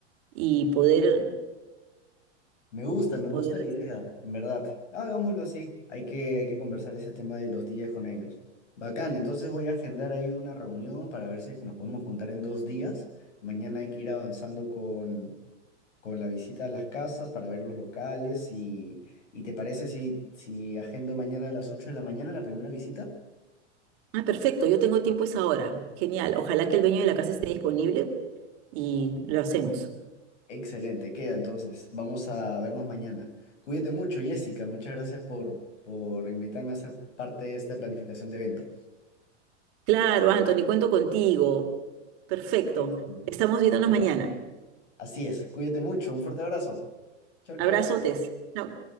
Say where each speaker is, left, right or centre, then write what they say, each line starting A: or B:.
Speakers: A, on the right; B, on the left.
A: y poder,
B: Me gusta, me gusta
A: poder
B: la
A: recibir.
B: idea, en verdad. Hagámoslo así. Hay que, hay que conversar ese tema de los días con ellos. Bacán, entonces voy a agendar ahí una reunión para ver si es que nos podemos juntar en dos días. Mañana hay que ir avanzando con, con la visita a las casas para ver los locales y, y ¿te parece si, si agendo mañana a las 8 de la mañana la primera visita?
A: Ah, perfecto, yo tengo tiempo esa hora. Genial. Ojalá que el dueño de la casa esté disponible y lo hacemos.
B: Excelente, queda entonces. Vamos a vernos mañana. Cuídate mucho, Jessica. Muchas gracias por, por invitarme a ser parte de esta planificación de evento.
A: Claro, Anthony, cuento contigo. Perfecto.
B: Listo.
A: Estamos viéndonos
B: Queda.
A: mañana.
B: Así es. Cuídate mucho. Un fuerte abrazo. Chau, chau.
A: Abrazotes. Chao.